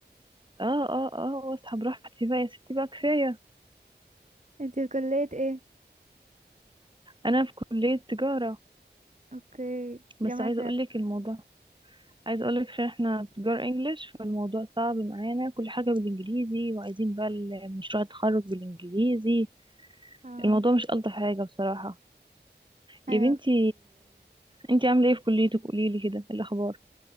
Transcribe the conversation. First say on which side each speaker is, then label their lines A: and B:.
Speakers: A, on the right (about 25°); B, on the right (about 40°).
A: اه اه اه واصحى براحتي بقى يا ستي بقى كفاية
B: انتي في كلية ايه؟
A: انا في كلية تجارة
B: اوكي
A: بس
B: جامعة
A: عايزة اقولك الموضوع عايز اقولك عشان احنا تجار انجليش فالموضوع صعب معانا كل حاجة بالانجليزي وعايزين بقى ال- مشروع التخرج بالانجليزي
B: اه
A: الموضوع مش ألطف حاجة بصراحة يا
B: ايوه
A: بنتي آه، انتي عاملة ايه في كليتك قوليلي كده إيه الاخبار